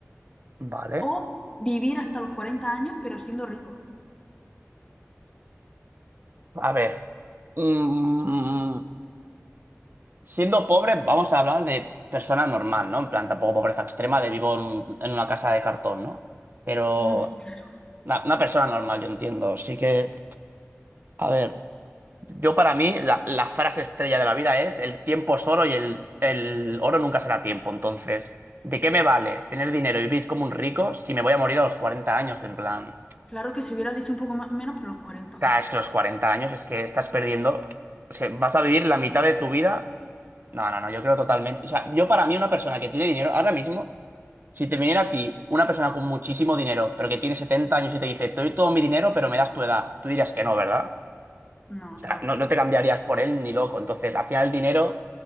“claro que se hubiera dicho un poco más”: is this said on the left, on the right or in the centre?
Left